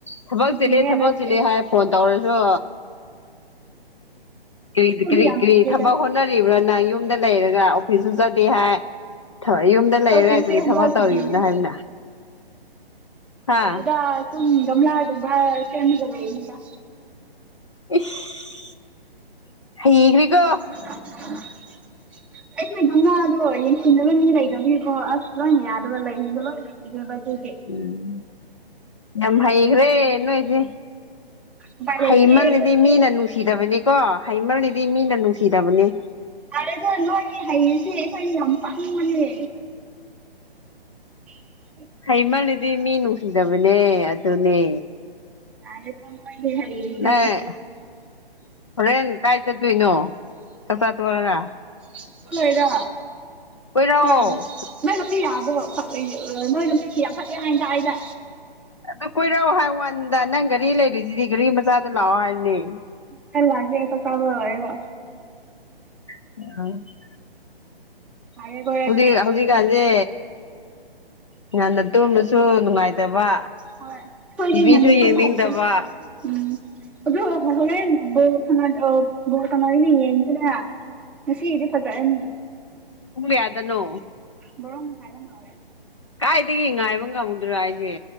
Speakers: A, on the left; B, in the centre.
A: ꯊꯕꯛ
B: ꯁꯨꯇꯤꯅꯦ
A: ꯆꯤꯂꯦ ꯊꯕꯛ
B: ꯍꯟꯗꯛꯇꯤ
A: ꯆꯤꯂꯦ ꯍꯥꯏ ꯐꯣꯟ ꯇꯧꯔꯖꯨ꯫ ꯀ꯭ꯔꯤ
B: ꯊꯕꯛꯇꯤ
A: ꯀ꯭ꯔꯤ
B: ꯌꯥꯝ
A: ꯀ꯭ꯔꯤꯊꯕꯛ
B: ꯆꯤꯟꯗꯦꯗ
A: ꯍꯣꯠꯅꯔꯤꯕ꯭ꯔꯥ ꯅꯪ ꯌꯨꯝꯗ ꯂꯩꯔꯒ ꯑꯣꯐꯤꯁꯁꯨ ꯆꯠꯗꯦ ꯍꯥꯏ꯫ ꯊꯑꯣꯏ ꯌꯨꯝꯗ ꯂꯩꯔꯒ
B: ꯑꯣꯐꯤꯁꯁꯦ
A: ꯀꯔꯤ
B: ꯍꯟꯗꯛ
A: ꯊꯕꯛ
B: ꯁꯨꯇꯤꯅꯦ
A: ꯇꯧꯔꯤꯕꯅꯣ ꯍꯥꯏꯕꯅ꯫ ꯍꯥ
B: ꯇꯧꯗꯦꯗꯥ ꯑꯥꯁꯨꯝꯃ ꯒꯝꯂ ꯒꯨꯝꯕ ꯁꯦꯝꯃꯤꯒ ꯂꯩꯕꯅꯤꯗ꯫
A: ꯏꯁ ꯍꯩꯒ꯭ꯔꯤꯀꯣ꯫
B: <unintelligible> ꯑꯩꯈꯣꯏ ꯒꯝꯂꯥꯗꯣ ꯌꯦꯡꯁꯤꯟꯅꯕ ꯃꯤ ꯂꯩꯗꯕꯅꯤꯀꯣ ꯑꯁ ꯂꯣꯏ ꯌꯥꯗꯕ ꯂꯩꯗꯣ ꯂꯣꯏ ꯏꯕꯦꯝꯃꯥꯗꯨꯗꯤ
A: ꯎꯝ ꯌꯥꯝ ꯍꯩꯈ꯭ꯔꯦ
B: ꯎꯝ
A: ꯅꯣꯏꯖꯦ꯫
B: ꯎꯄꯥꯏ ꯂꯩꯇꯦ
A: ꯍꯩꯃꯜꯂꯥꯗꯤ
B: ꯑꯩꯈꯣꯏꯗꯤ
A: ꯃꯤꯅ ꯅꯨꯡꯁꯤꯗꯕꯅꯦꯀꯣ ꯍꯩꯃꯜꯅꯤꯗꯤ ꯃꯤꯅ ꯅꯨꯡꯁꯤꯗꯕꯅꯦ꯫
B: ꯑꯔꯦꯀꯣ ꯅꯣꯏ ꯍꯩꯔꯤꯁꯤ ꯑꯩꯈꯣꯏ ꯌꯥꯝ ꯄꯪꯕꯅꯦ꯫ <inaudible>
A: ꯍꯩꯃꯜꯂꯤꯗꯤ ꯃꯤ ꯅꯨꯡꯁꯤꯗꯕꯅꯦ ꯑꯗꯨꯅꯦ꯫
B: ꯌꯔꯦꯀꯣ ꯅꯣꯏꯅꯦ ꯍꯩꯔꯤꯁꯤ꯫
A: ꯅꯪ ꯍꯣꯔꯦꯟ ꯀꯥꯏ ꯆꯠꯇꯨꯏꯅꯣ ꯆꯥꯛꯆꯥ ꯇꯔꯒ꯫
B: ꯆꯠꯂꯣꯏꯗ
A: ꯀꯣꯏꯔꯛꯑꯣ
B: ꯍꯣꯏ ꯅꯣꯏ ꯂꯝꯕꯤ ꯌꯥꯕꯔꯣ꯫ ꯅꯣꯏꯅ ꯃꯁꯤ ꯌꯥꯝ ꯐꯠꯂꯦ ꯍꯥꯏꯗ ꯑꯩꯅ꯫
A: ꯑꯗꯨ ꯀꯣꯏꯔꯛꯑꯣ ꯍꯥꯏ ꯋꯥꯟꯗ ꯅꯪ ꯒꯥꯔꯤ ꯂꯩꯔꯤꯁꯤꯗꯤ ꯒꯥꯔꯤ ꯃꯆꯥꯗ ꯂꯥꯛꯑꯣ ꯍꯥꯏꯝꯅꯤ꯫
B: ꯍꯣꯔꯦꯟ ꯂꯥꯛꯀꯦ ꯆꯥꯛ ꯆꯥꯕ ꯂꯣꯏꯔꯒ꯫
A: <unintelligible>
B: ꯂꯥꯛꯀꯦ ꯀꯣꯏꯔꯛꯀꯦ
A: ꯍꯧꯖꯤꯛ ꯍꯧꯖꯤꯛꯀꯥꯟꯁꯦ ꯉꯥꯟꯅ ꯇꯨꯝꯕꯁꯨ ꯅꯨꯡꯉꯥꯏꯇꯕ꯫
B: ꯍꯣꯏ ꯑꯈꯣꯏꯗꯤ
A: ꯇꯤꯚꯤꯁꯨ
B: ꯉꯥꯟꯅ ꯇꯨꯝꯕ
A: ꯌꯦꯡꯅꯤꯡꯗꯕ
B: ꯍꯩꯇꯦ꯫ ꯎꯝ ꯑꯗꯨ ꯍꯣꯔꯦꯟ ꯕꯣꯜ ꯁꯥꯅ ꯑ ꯕꯣꯜ ꯁꯅꯔꯗꯤ ꯌꯦꯁꯤꯔ꯫ ꯉꯁꯤꯒꯤꯗꯤ ꯐꯖꯔꯅꯤ꯫
A: ꯄꯨꯡ ꯀꯥꯌꯗꯅꯣ꯫
B: ꯕꯥꯔꯣ ꯃꯈꯥꯏꯗ ꯃꯥꯜꯂꯦ꯫
A: ꯀꯥꯏꯗꯒꯤ ꯉꯥꯏꯕ ꯉꯝꯃꯨꯗ꯭ꯔꯣ ꯍꯥꯏꯁꯦ꯫